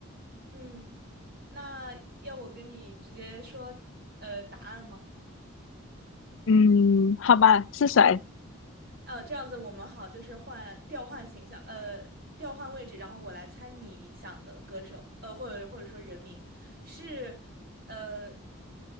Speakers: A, on the right (about 45°); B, on the left (about 65°).
A: 嗯，那要我跟你直接说呃答案吗？
B: 嗯，好吧，是谁？
A: 呃，这样子我们好，就是换调换形象，呃，调换位置，然后我来猜你想的歌手，呃，或者或者说人名是，呃